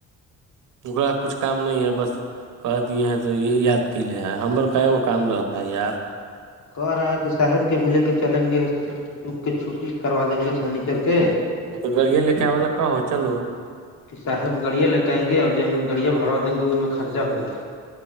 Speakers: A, on the right; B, on the left.
A: اکا کچھ کام نہیں ہے بس کہ دیے ہیں تو یہ یاد کی لیے ہے ہمر کا گ کام رہتا ہے یاد
B: کہ رہا ہے کہ صاحب کے بھی لے کے چلیں گے چپ کے چھٹی کروا دیں گے سنیچر کے
A: بڑی لکھا والا کہو چلو
B: کہ صاحب گڑیا لے کے آئ گے اور ج ہمن گڑیا بڑا دیں گے وہ میں خرچہ ہو ج گا